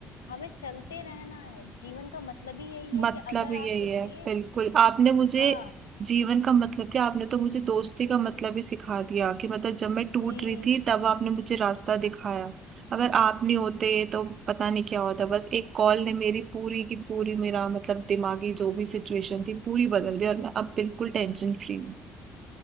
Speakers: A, on the left (about 85°); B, on the right (about 50°).
A: हमें चलते रहना है जीवन का मतलब ही यही है
B: मतलब
A: कि अगर
B: यही
A: आप सोचिए
B: है बिल्कुल आपने मुझे
A: हाँ
B: जीवन का मतलब क्या आपने तो मुझे दोस्ती का मतलब ही सिखा दिया कि मतलब जब मैं टूट
A: जी
B: रही थी तब आपने मुझे रास्ता दिखाया अगर आप नहीं होते तो पता नहीं क्या होता बस एक कॉल ने मेरी पूरी की पूरी मेरा मतलब दिमागी जो भी सिचुएशन थी पूरी बदल दी और मैं अब बिल्कुल टेंशन फ्री हूँ